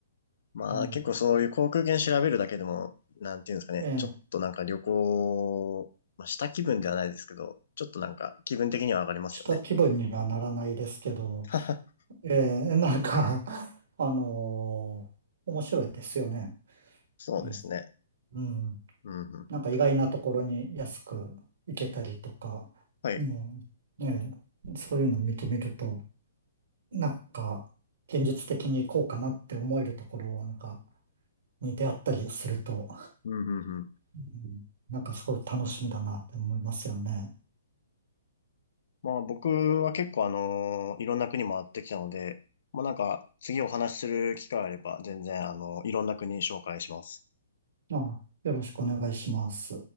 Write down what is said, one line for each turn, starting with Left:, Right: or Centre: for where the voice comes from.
Left: まあ結構そういう航空券調べるだけでも、
Right: ね。
Left: なんていうんですかね。
Right: ええ
Left: ちょっとなんか旅行、まあ、した気分ではないですけど、ちょっとなんか気分的には上がりますよね。
Right: した気分にはならないですけど、
Left: <laughs>
Right: ええなんか、<laughs> あのー面白いですよね。
Left: そうですね。
Right: うん。うん
Left: うんうんうん。
Right: なんか意外なところに安く行けたりとか、
Left: はい。
Right: うん、ねえ、そういうのを見てみると、なんか、現実的にこうかなって思えるところなんかに出会ったりすると、
Left: うんうんうん
Right: うんなんかすごい楽しみだなって思いますよね。
Left: まあ僕は結構あの、いろんな国回ってきたので、まあなんか次お話しする機会あれば全然あの、いろんな国紹介します。
Right: あ、よろしくお願いします。